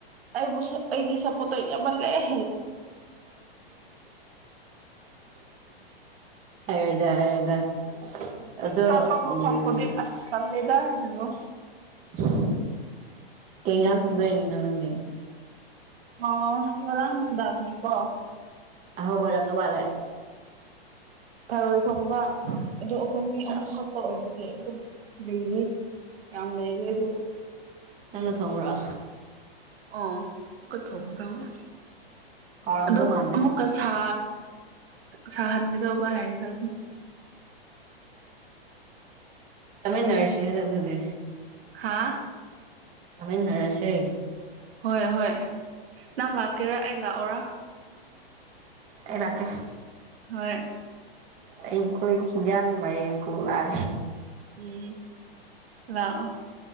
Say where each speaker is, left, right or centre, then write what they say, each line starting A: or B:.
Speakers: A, on the right (about 70°); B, on the right (about 25°).
A: ꯑꯩꯕꯨ ꯑꯩꯒꯤ ꯁꯞꯄꯣꯔꯠꯇꯣ ꯌꯥꯝꯃꯜꯂꯑ
B: ꯍꯥꯏꯔꯣꯏꯗ ꯍꯥꯏꯔꯣꯏꯗ ꯑꯗꯣ
A: ꯆꯠꯄ ꯃ
B: ꯎꯝ
A: ꯐꯪꯄꯗꯤ ꯑꯁꯄ ꯂꯩꯗ ꯍꯅꯉꯣ
B: ꯎ ꯀꯩ ꯏꯟꯖꯥꯡ ꯊꯣꯡꯗꯅꯣ ꯅꯪꯗꯤ
A: ꯑ ꯉꯔꯥꯡꯗꯥꯒꯤꯀꯣ
B: ꯑꯍꯣ ꯍꯣꯏꯔꯝꯗ ꯃꯥꯂꯦ
A: ꯊꯔꯣꯏ ꯊꯣꯡꯕ ꯑꯗꯨ ꯑꯩꯈꯣꯏ ꯃꯤ
B: ꯆꯥꯛ
A: ꯑꯍꯨꯝ ꯈꯛꯇ ꯑꯣꯏꯕꯒꯤ ꯑꯗꯨꯝ ꯂꯩꯔꯤ ꯌꯥꯝ ꯂꯩꯔꯤ ꯑꯗꯨ
B: ꯅꯪꯅ ꯊꯣꯡꯈ꯭ꯔꯣ
A: ꯑꯣ ꯑꯃꯨꯛꯀꯊꯣꯛꯒꯗꯕ
B: ꯍꯥꯎꯔꯝꯗꯧ
A: ꯑ
B: ꯃꯥꯟꯗ꯭ꯔꯦ
A: ꯑꯃꯨꯛꯀ ꯁꯥ ꯁꯥꯍꯟꯒꯗꯧꯕ ꯍꯥꯏꯒꯗꯕꯅꯤ
B: ꯆꯃꯦ ꯅꯔꯁꯤꯁꯤ ꯑꯗꯨ ꯑꯗꯨꯗꯤ
A: ꯍꯥꯥ
B: ꯆꯃꯤꯥꯏꯟꯅꯔꯁꯦ
A: ꯍꯣꯏ ꯍꯣꯏ ꯅꯪ ꯂꯥꯛꯀꯦꯔꯥ ꯑꯩ ꯂꯥꯛꯑꯣꯔꯥ
B: ꯏꯂꯀꯦ
A: ꯍꯣꯏ
B: ꯑꯩꯈꯣꯏ ꯍꯤꯟꯖꯥꯡ ꯃꯦꯟ ꯀꯔꯦ
A: ꯎꯝ ꯂꯥꯛꯑꯣ